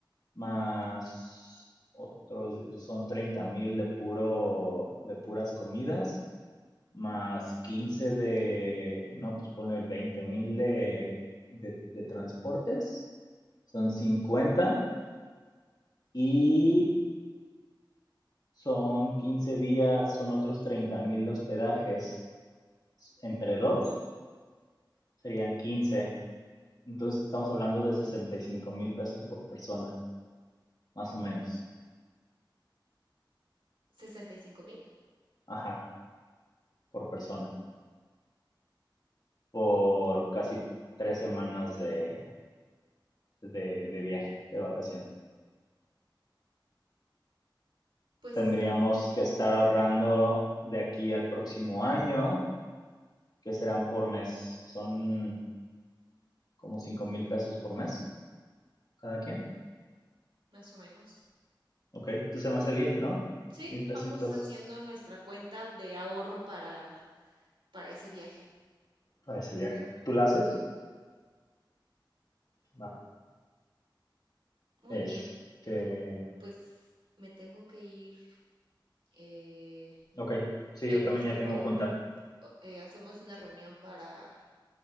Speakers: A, on the left (about 50°); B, on the right (about 85°).
A: más otros, pues son 30000 de puro, de puras comidas, más 15 de, no, pues ponle 20000 de, de, de transportes, son 50 y son 15 días, son otros treinta mil de hospedajes, entre dos serían quince Entonces estamos hablando de sesenta y cinco mil pesos por persona, más o menos.
B: ¿sesenta y cinco mil?
A: Ajá, por persona. Por casi tres semanas de, de, de viaje, de vacación.
B: Pues
A: Tendríamos
B: sí,
A: que estar ahorrando de aquí al próximo año, que serán por mes. Son como cinco mil pesos por mes, cada quien.
B: más o menos.
A: Ok, entonces se me hace bien, ¿no?
B: Sí,
A: Mil pesitos
B: vamos haciendo nuestra cuenta de ahorro para, para ese viaje.
A: para ese viaje. ¿Tú la haces? Va.
B: Muy
A: Este,
B: bien, pues me tengo que ir, eh,
A: ok. Sí,
B: pero
A: yo también
B: hacemos,
A: ya tengo junta.
B: eh, hacemos una reunión para,